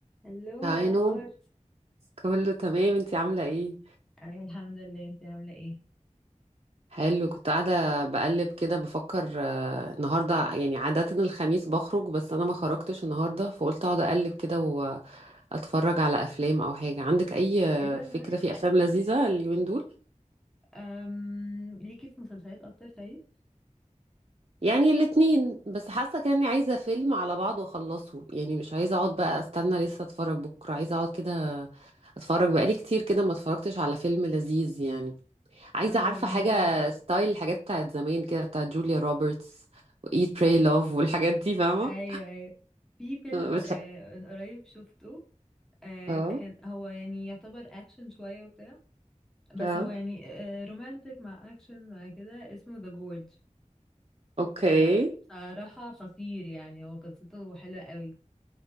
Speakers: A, in the centre; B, on the right.
A: الو
B: هاي
A: إيه الاخبار
B: نو كله تمام انتي عاملة ايه
A: أنا الحمد لله انتي عاملة ايه
B: حلو كنت قاعدة بقلب كده بفكر آه، النهاردة يعني عادة الخميس بخرج بس انا ما خرجتش النهاردة فقلت اقعد اقلب كده واتفرج على افلام او حاجة عندك اي آه،
A: ايه ده
B: فكرة
A: نايس
B: في افلام لذيذة اليومين دول
A: أم... ليكي في مسلسلات اكتر طيب
B: يعني الاتنين بس حاسة كده اني عايزة فيلم على بعض واخلصه يعني مش عايزة اقعد بقى استنى لسه اتفرج بكرة عايزة اقعد كده اتفرج بقالي كتير كده ما اتفرجتش على فيلم لذيذ يعني عايزة
A: أم...
B: عارفة حاجة ستايل الحاجات بتاعت زمان كده بتاعت جوليا روبرتس وإيت براي لوف والحاجات دي فاهمة
A: ايوه ايوه في فيلم
B: اه
A: آه،
B: بتح-
A: من قريب شفته آه،
B: اه
A: كان هو يعني يعتبر اكشن شوية وبتاع بس
B: آه.
A: هو يعني آه، رومانتك مع اكشن مع كده اسمه ذا جورج
B: اوكي
A: آه، بصراحة خطير يعني هو قصته حلوة قوي